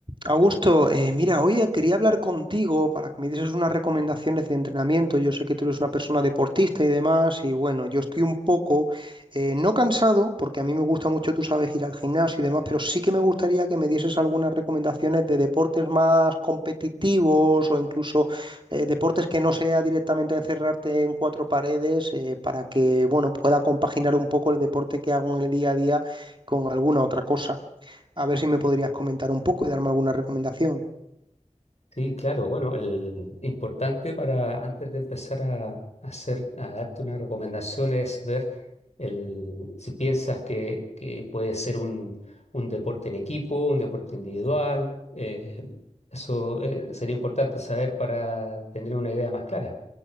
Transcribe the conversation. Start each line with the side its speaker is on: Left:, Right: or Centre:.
Right: Augusto, eh, mira, hoy eh, quería hablar contigo para que me dieses unas recomendaciones de entrenamiento. Yo sé que tú eres una persona deportista y demás, y bueno, yo estoy un poco, eh, no cansado, porque a mí me gusta mucho, tú sabes, ir al gimnasio y demás, pero sí que me gustaría que me dieses algunas recomendaciones de deportes más competitivos o incluso eh, deportes que no sea directamente encerrarte en cuatro paredes, eh, para que, bueno, pueda compaginar un poco el deporte que hago en el día a día con alguna otra cosa. A ver si me podrías comentar un poco y darme alguna recomendación.
Left: Sí, claro. Bueno, el importante para antes de empezar a, hacer, a darte una recomendación es ver el, si piensas que, que puede ser un, un deporte en equipo, un deporte individual. eh, eso eh, sería importante saber para tener una idea más clara.